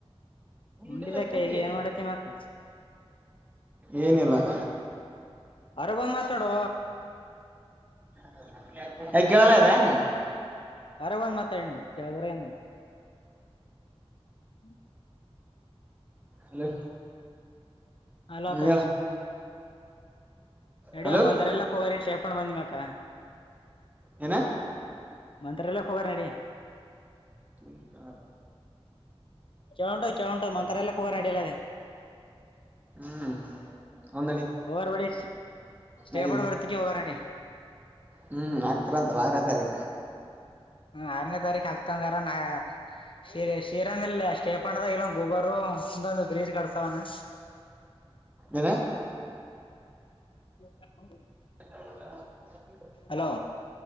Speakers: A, on the right (about 15°); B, on the left (about 55°).
A: ಉಂಡಿಲ್ಲ
B: ಉಂಡಿದಕ
A: ಕುಂಡಿ
B: ಈಗ ಏನ್ ಮಾಡತಿ ಮತ್ತ
A: ಏನಿಲ್ಲ <inaudible>
B: ಹೊರ ಬಂದ್ ಮಾತಾಡೋ
A: <inaudible> ಎಗೆಳಾಲ ಇದ ನು
B: ಆರ ಒಂದ್ ಮಾತಾಡಿನಿ ಕೇಳಬ್ರ ನು ಹ್ಮ್
A: ಹಲೋ <inaudible>
B: ಹಲೋಕಾಶ್
A: ಹ್ಮ ಹೇಳ
B: ನಡ
A: ಹಲೋ
B: ಒ ಅಂರೆ ಎಲ್ಲಕ್ ಹೋಗರಿ ಶೇಫಣ್ ಬಂದಿ ಮಕ್ಕ
A: ಏನು
B: ಮಂತ್ರಲ್ಲಕ್ಕೋಗರಣಡಿ
A: ತುರಿ ನ <inaudible>
B: ಕೆೇಳ ಉಂಟು ಕೆೇಳ ಉಂಟು ಮಂತ್ರ ಎಲ್ಲ ಕೂರ್ ನಡಿಯಲ್ಲ ಅದೆ
A: ಹ್ಮ್ ಹೌದ್ ನಡಿ
B: ಅವ ಬಡಿ ಸ್ಟೇಫಡ್
A: ನಡಿ
B: ವರ್ತಿಗೆ ಹರಿ
A: ಹ್ಮ್ ಆಗ್ತಿರ ಅಂತಲ್ಲ ಆರೇ ತಾರೀಕ
B: ಹ್ಮ ಆರನೇ ತಾರೀಖ ಆಕ್ತಂದಾರ ನಾ ಶ ಶಿರನ್ ಇಲ್ಲ ಸ್ಟೇಪಂಡದಾಗ ಇಲ್ಲೊ ಗೊಬರು ಮುಂದೊಂದು ಬ್ರೀಜ್ ಕಡ್ತಾವನ
A: ಏನೇ
B: ಹ ಹೌ
A: <inaudible>
B: ಹಲೋ